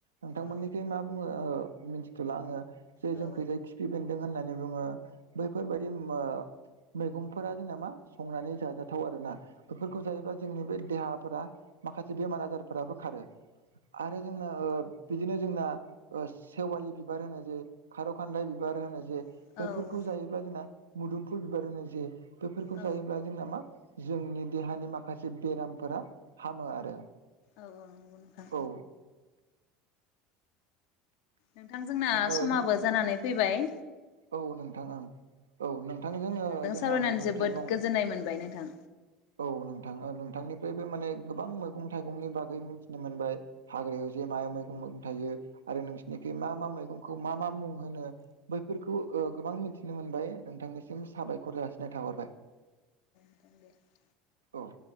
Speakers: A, on the right; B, on the left.
A: नोंथांमोननिखाय
B: औ
A: मा बुङो ओ मिथिथ'ला आङो जे
B: औ
A: जोंखौ जायि खाफि बेन्दों होननानै बुङो बैफोरबायदि मैगंफोरा जोंना मा संनानै जाजाथाव आरोना। बेफोरखौ जायोब्ला जोंनि बे देहाफोरा माखासे बेमार आजारफोराबो खारो। आरो जोंना ओ बिदिनो जोंना ओ सेवालि बिबार होनो जे खार' खान्दाय बिबार होनो जे
B: औ
A: बैफोरखौ जायोब्ला जोंना मुदुमफुल बिबार होनो जे बेफोरखौ
B: औ
A: जायोब्ला जोंना मा जोंनि देहानि माखासे बेरामफोरा हामो आरो
B: नंगौ नोंथां
A: औ
B: नोंथां जोंना
A: ओ
B: समाबो
A: जों
B: जानानै फैबाय
A: औ नोंथां ओं औ नोंथां जोङो
B: नोंथांजों
A: जोंना
B: सावरायनानै
A: मैगं
B: जोबोद
A: थाइगं
B: गोजोननाय मोनबाय नोंथां
A: औ नोंथां नोंथांनिफ्रायबो माने गोबां मैगं थाइगंनि बागै मिथिनो मोनबाय। हाग्रायाव जे मा मैगं मैगं थायो आरो नोंसोरनिखि मा मा मैगंखौ मा मा मुं होनो। फोरखौ ओ गोबां मिथिनो मोनबाय नोंथांनिसिम साबायखर जासिनाय थाहरबाय।
B: <inaudible>
A: औ